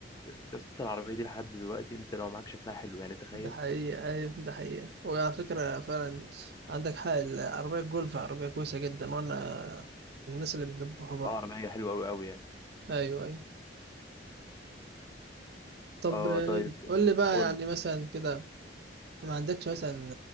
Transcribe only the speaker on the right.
ده حقيقة أيوة ده حقيقة وعلى فكرة فعلا عندك حق العربية الجولف عربية كويسة جدا وأنا من الناس اللي بيحبوها برضه
أيوة أيوة طب
آه،
قول لي بقى
يعني
مثلا كده ما عندكش مثلا